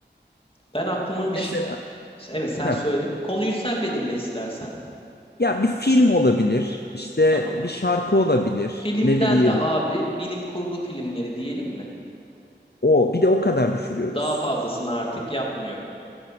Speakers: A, on the left; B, on the left.
A: Ben aklıma bir
B: Mesela
A: şey Evet sen
B: Heh.
A: söyle. Konuyu sen belirle istersen.
B: Ya bir film olabilir, işte
A: Tamam.
B: bir şarkı olabilir,
A: Filmden
B: ne bileyim.
A: de abi bilim kurgu filmleri diyelim mi?
B: O bir de o kadar düşürüyoruz.
A: Daha fazlasını artık yapmıyorum.